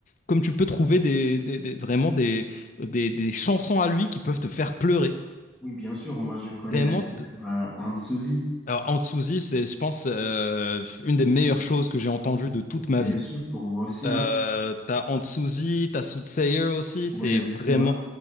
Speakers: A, on the left (about 45°); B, in the centre.
A: Comme tu peux trouver des, des- des- vraiment des, des, des chansons à lui qui peuvent te faire pleurer.
B: oui, bien sûr, moi, je connais
A: Vraiment,
B: la célèbre
A: te-
B: euh, Aunt Suzy.
A: alors, Anzuzi, c'est, je pense, euh, une des meilleures choses que j'ai entendues de toute ma
B: Bien
A: vie.
B: sûr, pour moi aussi,
A: Euh,
B: hein.
A: t'as Anzuzi, t'as Soothsayer aussi,
B: Ouais,
A: c'est vraiment,
B: aussi, hein.